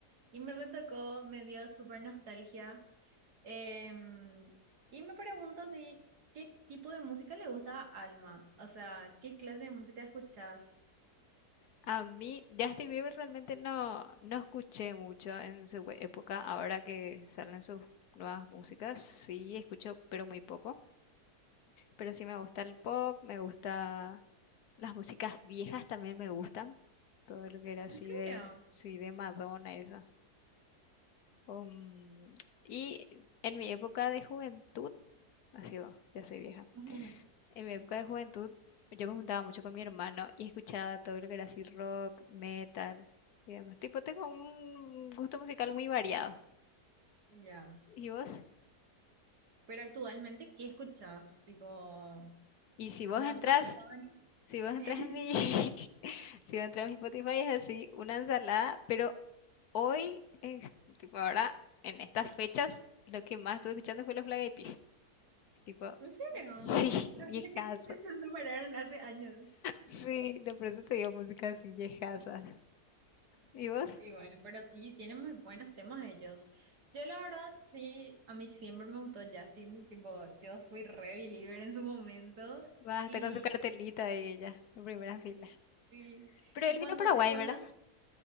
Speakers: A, on the right; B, on the left.
A: y me retocó, me dio súper nostalgia. Em, y me pregunto si, ¿qué tipo de música le gusta a Alma? O sea, ¿qué clase de música escuchás?
B: A mí, Justin Bieber realmente no, no escuché mucho en su e- época. Ahora que salen sus nuevas músicas, sí escucho, pero muy poco. Pero sí me gusta el pop, me gusta las músicas viejas también me gustan. Todo lo que era así
A: ¿En serio?
B: de, sí, de Madonna, eso. Um, y en mi época de juventud, así va, ya soy vieja.
A: <laughs>
B: En mi época de juventud, yo me juntaba mucho con mi hermano y escuchaba todo lo que era así rock, metal y demás. Tipo, tengo un gusto musical muy variado.
A: Ya.
B: ¿Y vos?
A: Pero actualmente, ¿qué escuchás? Tipo,
B: Y si vos
A: onda
B: entras,
A: Bad Bunny.
B: si vos entras
A: <laughs>
B: en mi, <laughs> si vos entras en mi Spotify es así, una ensalada, pero hoy, eh, tipo ahora, en estas fechas, lo que más estuve escuchando fue los Black Eyed Peas. Es Tipo,
A: ¿En serio?
B: sí, <laughs>
A: No
B: viejazo.
A: sé que <laughs> se separaron hace años.
B: Sí, no, por eso te digo música así, viejazas. ¿Y vos?
A: Y bueno, pero sí, tienen muy buenos temas ellos. Yo la verdad, sí, a mí siempre me gustó Justin, tipo, yo fui re believer en su momento
B: Va,
A: y,
B: está con su cartelita y ella, en primera fila.
A: y,
B: Pero
A: y
B: él
A: cuando,
B: vino a Paraguay,
A: y cuando
B: ¿verdad?